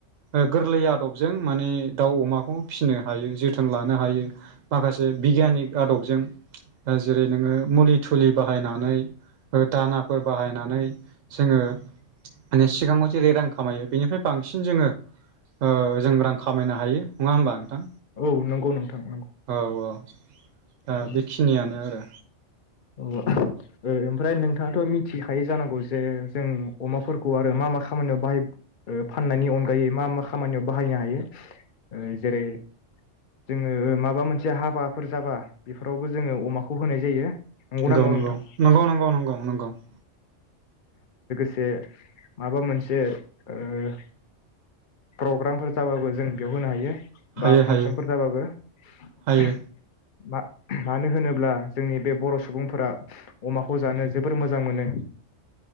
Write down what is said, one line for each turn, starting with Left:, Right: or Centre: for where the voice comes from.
Right: ओ गोरलै आदबजों माने दाउ अमाखौ फिसिनो हायो जोथोन लानो हायो माखासे बिगियानिक आदबजों ओ जेरै नोंङो मुलि थुलि बाहायनानै ओ दानाफोर बाहायनानै जोंङो माने सिगाङाव जेरै रां खामायो बेनिफ्राय बांसिन जोंङो ओ जों रां खामायनो हायो नंङा होमबा नोंथां?
Left: औ नंगौ नोंथां।
Right: औ औ दा
Left: औ
Right: बेखिनियानो आरो
Left: औ ओ ओमफ्राय नोंथांङा थ' मिथिखायो जानांगौ जे जों अमाफोरखौ आरो मा मा खामानियाव बाहाय फाननायनि अनगायै मा मा खामानियाव बाहायनो हायो ओ जेरै जोंङो माबा मोनसे हाबाफोर जाबा बेफोरावबो जोंङो अमाखौ होनाय जायो। नंगौना
Right: नंगौ
Left: नङा
Right: नंगौ नंगौ।
Left: नोंथां
Right: नंगौ नंगौ नंगौ नंगौ <inaudible>
Left: जे माबा मोनसे ओ प्रग्रामफोर जाबाबो जों बेयाव होनो हायो। बा
Right: हायो
Left: फांसनफोर
Right: हायो
Left: जाबाबो
Right: हायो
Left: <unintelligible> मा-मानो होनोब्ला जोंनि बे बर' सुबुंफोरा अमाखौ जानो जोबोर मोजां मोनो